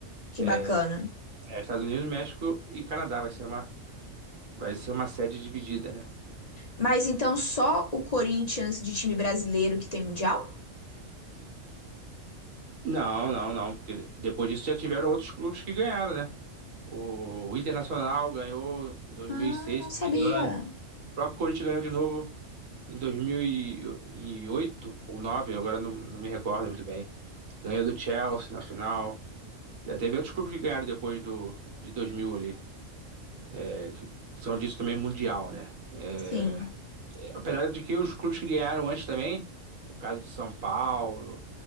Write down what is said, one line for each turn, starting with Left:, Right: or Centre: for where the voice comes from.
Left: Que
Right: É,
Left: bacana.
Right: é Estados Unidos, México e Canadá. Vai ser uma, vai ser uma sede dividida, né?
Left: Mas então só o Corinthians de time brasileiro que tem mundial?
Right: Não, não, não, porque depois disso já tiveram outros clubes que ganharam, né? O Internacional ganhou em 2006,
Left: Ah, não
Right: se
Left: sabia.
Right: não me engano. O próprio Corinthians ganhou de novo em 2008 ou 2009, agora não, não me recordo muito bem. Ganhou do Chelsea na final. Já teve outros clubes que ganharam depois do, de 2000 ali. É, que são disso também mundial, né? É,
Left: Sim,
Right: apesar de que os clubes que ganharam antes também, o caso de São Paulo,